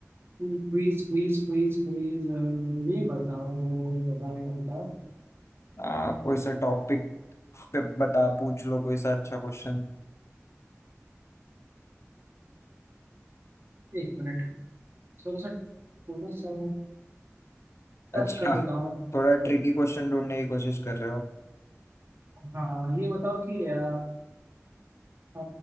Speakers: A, on the right; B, on the left.
A: Quiz quiz quiz quiz ये बताओ ये बताओ ये बताओ
B: हाँ कोई सा टॉपिक पे बता पूछ लो कोई सा अच्छा क्वेश्चन
A: एक मिनट थोड़ा सा थोड़ा सा टफ
B: अच्छा
A: कर देता हूँ
B: थोड़ा ट्रिकी क्वेश्चन ढूंढने की कोशिश कर रहे हो
A: हाँ ये बताओ कि अ, अ,